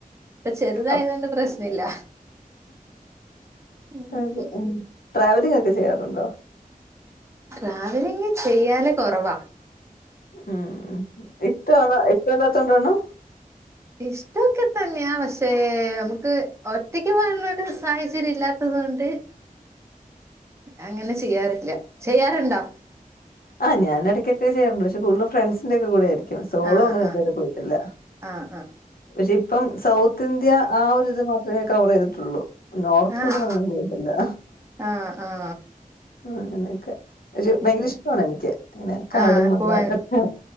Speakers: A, on the right; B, on the left.
A: ഇപ്പൊ ചെറുതായത്
B: അപ്
A: കൊണ്ട്‌ പ്രശ് ഇല്ല ഉം
B: അതെ മ് ട്രാവ <unintelligible> ചെയ്യാറുണ്ടോ
A: ട്രാവലിങ് ചെയ്യാല് കൊറവാ
B: ഉം ഇഷ്ടാണ് ഇഷ്ടല്ലതോണ്ടാണ്
A: ഇഷ്ടോക്കെ തന്നെയാ പക്ഷേ നമുക്ക് ഒറ്റക്ക് പോകനുള്ളൊരു സാഹചര്യം ഇല്ലാത്തത് കൊണ്ട് അങ്ങനെ ചെയ്യാറില്ല ചെയ്യാറ്ണ്ടോ
B: ആ ഞാന് ഇടക്കൊക്കെ ചെയ്യാറുണ്ട് ബഷേ കൂട്തലും ഫ്രണ്ട്സിന്റെ ഒക്കെ കൂടെ ആ സോളോ
A: ആഹ്
B: അങ്ങനെ ഇത്
A: ആഹ്
B: വരെ പോയിട്ടില്ല
A: ആഹ്
B: പശെ ഇപ്പം സൗത്ത് ഇന്ത്യാ ആ ഒരിത് മാത്രമേ കവർയ്തിട്ടുള്ളൂ നോർത്തിലോട്ട്
A: ആഹ്
B: അങ്ങനെ പോയിട്ടില്ലാ
A: ആഹ് ആഹ്
B: ആ അങ്ങനെക്കെ ഒരു ഭയങ്കര
A: ആഹ്
B: ഇഷ് ട്ടമാണ് എനിക്ക് ഇങ്ങനെ കാട്,
A: ആഹ്
B: മല
A: പോവാൻ
B: ഇതൊക്കെ